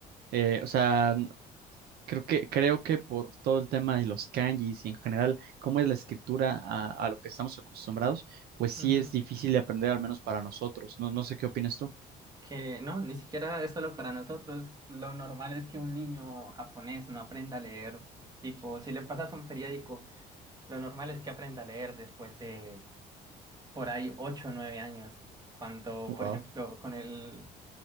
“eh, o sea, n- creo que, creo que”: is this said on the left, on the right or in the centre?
Right